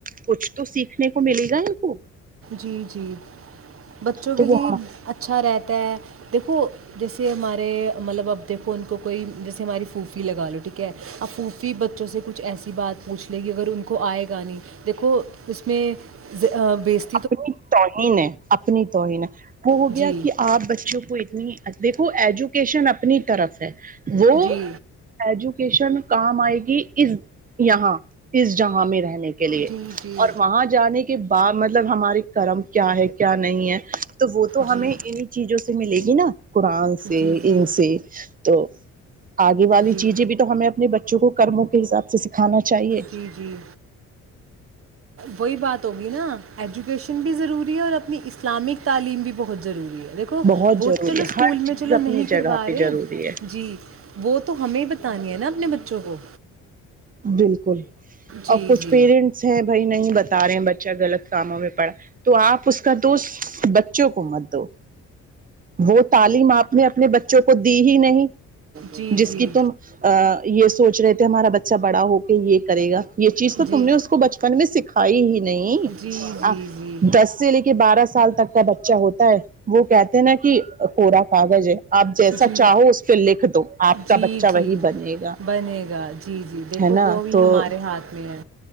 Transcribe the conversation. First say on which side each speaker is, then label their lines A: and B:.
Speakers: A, on the right (about 30°); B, on the right (about 45°).
A: کچھ تو سیکھنے کو ملے گا ان کو
B: جی جی بچوں
A: تو
B: کے لیے
A: وہ
B: اچھا رہتا تو دیکھو جیسے ہمارے مطلب اب دیکھو ان کو کوئی جیسے ہماری پھو فی لگا لو ٹھیک ہے اب پھوپی بچوں سے کچھ ایسی بات پوچھ لے کہ اگر ان کو آئے گا نہیں دیکھو اس میں بے عز
A: اپنی توہین ہے اپنی توہین ہے وہ ہو
B: جی
A: گیا کہ آپ بچوں کو دیکھو ایجوکیشن اپنی طرف ہے وہ ہوتا
B: جی
A: ہے جو ٹیوشن کام آئے گی اس یہاں اس جہاں میں رہنے کے لیے
B: جی جی
A: اور وہاں جانے کے کہ بعد مطلب ہمارے کرم کیا ہے کیا نہیں ہے تو وہ تو
B: جی
A: ہمیں انہیں چیزوں سے ملے گی جی نہ قرآن سے
B: جی جی
A: ان سے تو آگے والی
B: جی
A: چیزیں بھی تو ہمیں اپنے بچے کرموں کے حساب سے سکھانا چاہیے
B: جی جی وہی بات ہوگی نا ایجوکیشن بھی ضروری اور اپنی اسلامک تعلیم بھی بہت بہتضروری ہے دیکھو
A: بہت
B: وہ
A: ضروری
B: چلو
A: ہے
B: اسکول
A: ہر چیز
B: میں چلو
A: اپنی
B: نہیں
A: جگہ
B: کروا
A: پہ
B: رہے
A: ضروری ہے
B: جی وہ تو ہمیں ہی بتانی ہے نا اپنے بچوں کو
A: بالکل
B: جی
A: اب کچھ
B: جی
A: پیرنٹس ہیں بھائی نہیں بتا رہے ہیں بچے اچھا غلط کاموں میں پڑا تو آپ اس کا دوست بچوں کو مت دو وہ تعلیم آپ نے اپنے بچوں کو دی ہی نہیں
B: جی
A: جس
B: جی
A: کی تم یہ سوچ رہے تھے ہمارا ب ڑا ہو کے یہ کرےا یہ چیز تو
B: جی
A: تم نے اس کو بچپن میں سکھائی ہی نہیں
B: جی جی جی
A: دس سے لے کے بارہ سال تک کا بچہ ہوتا ہے وہ کہتے ہیں نا کہ کوورا کاغذ ہے آپ جیسا
B: جی
A: چاہو اس پہ لکھ دو آپ کا
B: جی
A: بچہ
B: جی
A: وہی بنے گا
B: بنے گا جی جی دیکھو
A: ہے نا
B: وہ بھی
A: تو
B: ہمارے ہاتھ میں ہے